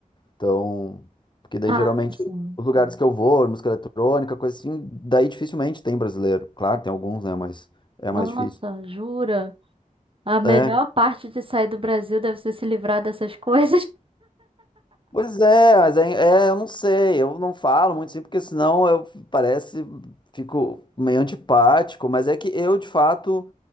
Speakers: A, on the left; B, on the right.
A: Então, porque daí
B: Ah,
A: geralmente
B: sim.
A: os lugares que eu vou, música eletrônica, coisa assim, daí dificilmente tem brasileiro. Claro, tem alguns, né? Mas é
B: Nossa,
A: mais difícil.
B: jura? A melhor
A: É.
B: parte de sair do Brasil deve ser se livrar dessas coisas.
A: Pois é, mas é, é, eu não sei, eu não falo muito assim, porque senão eu parece, fico meio antipático, mas é que eu, de fato,